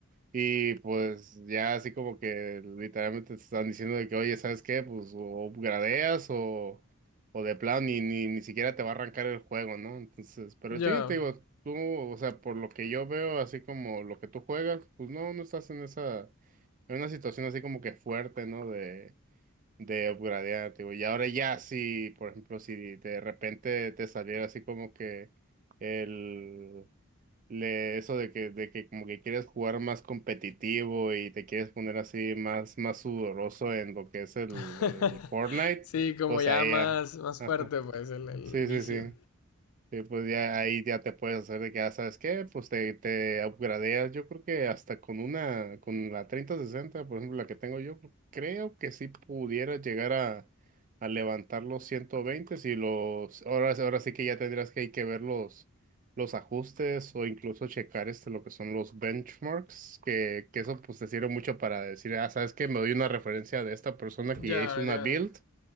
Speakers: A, on the right; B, on the left.
A: Y pues ya así como que literalmente te están diciendo de que, oye, ¿sabes qué? Pues o gradeas o, o de plano ni, ni, ni siquiera te va a arrancar el juego, ¿no? Entonces, pero
B: Ya.
A: sí, te digo, tú, o sea, por lo que yo veo, así como lo que tú juegas, pues no, no estás en esa, en una situación así como que fuerte, ¿no? De, de upgradear, te digo, y ahora ya sí, por ejemplo, si de repente te saliera así como que el le, eso de que, de que como que quieres jugar más competitivo y te quieres poner así más, más sudoroso en lo que es el,
B: <laughs>
A: el Fortnite,
B: Sí, como
A: pues
B: ya
A: a ella.
B: más, más
A: Ajá.
B: fuerte, pues, el, el
A: Sí,
B: vicio.
A: sí, sí. Sí, pues ya ahí ya te puedes hacer de que, ah, ¿sabes qué? Pues te, te upgradeas. Yo creo que hasta con una, con la 3060, por ejemplo, la que tengo yo, creo que sí pudiera llegar a, a levantar los 120 si los, ahora, ahora sí que ya tendrás que, hay que ver los, los ajustes o incluso checar este, lo que son los benchmarks, que, que eso pues te sirve mucho para decir, ah, ¿sabes qué? Me doy una referencia de esta persona que
B: Ya,
A: ya hizo una
B: ya.
A: build.